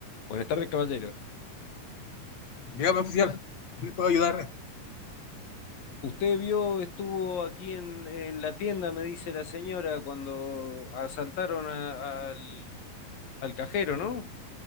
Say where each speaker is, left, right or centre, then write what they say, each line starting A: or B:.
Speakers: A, on the left (about 75°); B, on the left (about 50°).
A: Buenas tardes, caballero.
B: Dígame, oficial, ¿qué le puedo ayudar?
A: Usted vio, estuvo aquí en, en la tienda, me dice la señora, cuando asaltaron a- al, al cajero, ¿no?